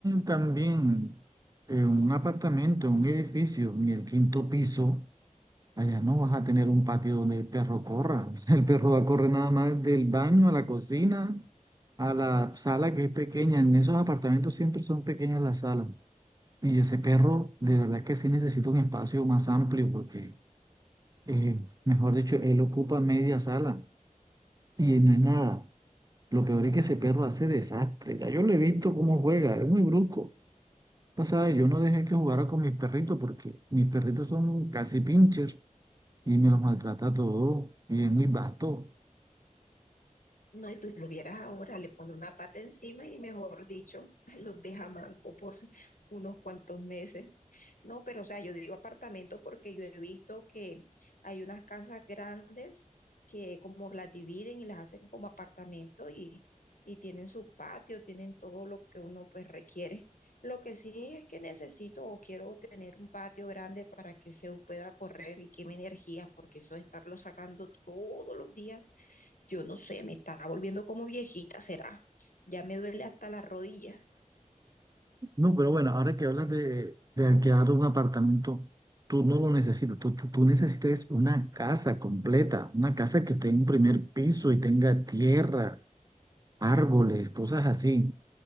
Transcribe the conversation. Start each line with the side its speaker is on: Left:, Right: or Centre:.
Right: también en un apartamento, en un edificio, en el quinto piso, allá no vas a tener un patio donde el perro corra. <laughs> El perro va a correr nada más del baño a la cocina, a la sala que es pequeña. En esos apartamentos siempre son pequeñas las salas. Y ese perro, de verdad que sí necesita un espacio más amplio porque, eh, mejor dicho, él ocupa media sala y no es nada. Lo peor es que ese perro hace desastre. Ya yo lo he visto cómo juega, es muy brusco. Pasada, yo no dejé que jugara con mis perritos porque mis perritos son casi pinchers y me los maltrata todo y es muy vasto.
Left: No, y tú lo vieras ahora, le pone una pata encima y mejor dicho, <laughs> los deja manco por unos cuantos meses. No, pero o sea, yo digo apartamento porque yo he visto que hay unas casas grandes que como las dividen y las hacen como apartamento y, y tienen su patio, tienen todo lo que uno pues requiere. Lo que sí es que necesito o quiero tener un patio grande para que se pueda correr y queme energía, porque eso de estarlo sacando todos los días, yo no sé, me está volviendo como viejita, será. Ya me duele hasta la rodilla.
Right: No, pero bueno, ahora que hablas de, de alquilar un apartamento, tú no lo necesitas, tú, tú, tú necesitas es una casa completa, una casa que tenga un primer piso y tenga tierra, árboles, cosas así.